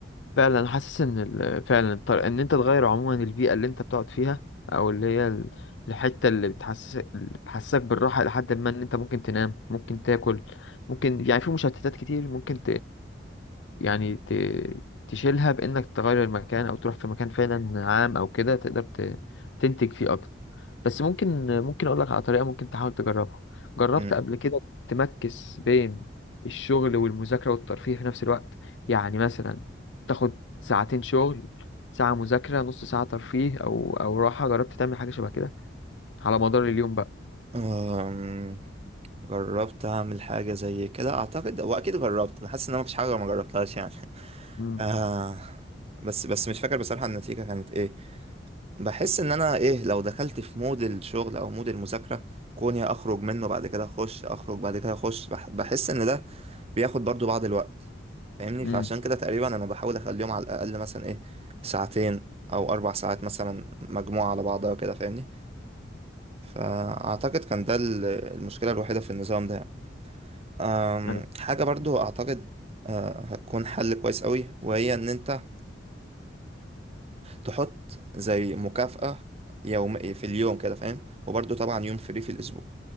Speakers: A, on the left; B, on the right.
A: فعلا حاسس ان ال- فعلا الطر- ان انت تغير عموما البيئه اللي انت بتقعد فيها او اللي هي ال- الحته اللي بتحسسك اللي بتحسسك بالراحه لحد ما ان انت ممكن تنام ممكن تاكل ممكن يعني في مشتتات كتير ممكن يعني ت... تشيلها بإنك تغير المكان أو تروح في مكان فعلا عام أو كده تقدر ت... تنتج فيه أكتر بس ممكن ممكن أقول لك على طريقة ممكن تحاول تجربها جربت
B: مم.
A: قبل كده تمكس بين الشغل والمذاكرة والترفيه في نفس الوقت يعني مثلا تاخد ساعتين شغل ساعة مذاكرة نص ساعة ترفيه أو أو راحة جربت تعمل حاجة شبه كده على مدار اليوم بقى
B: آم، جربت اعمل حاجة زي كده اعتقد واكيد جربت انا حاسس ان انا مفيش حاجة ما جربتهاش يعني <laughs>
A: مم.
B: آه بس بس مش فاكر بصراحة النتيجة كانت ايه بحس ان انا ايه لو دخلت في مود الشغل او مود المذاكرة كوني اخرج منه بعد كده اخش اخرج بعد كده اخش بح- بحس ان ده بياخد برضو بعض الوقت فاهمني
A: مم.
B: فعشان كده تقريبا انا بحاول اخليهم على الاقل مثلا ايه ساعتين او اربع ساعات مثلا مجموعة على بعضها كده فاهمني فاعتقد كان ده ال- المشكلة الوحيدة في النظام ده أم،
A: مم.
B: حاجة برضو اعتقد أه، هتكون حل كويس قوي وهي ان انت تحط زي مكافأة يوم في اليوم كده فاهم وبرضه طبعا يوم فري في الأسبوع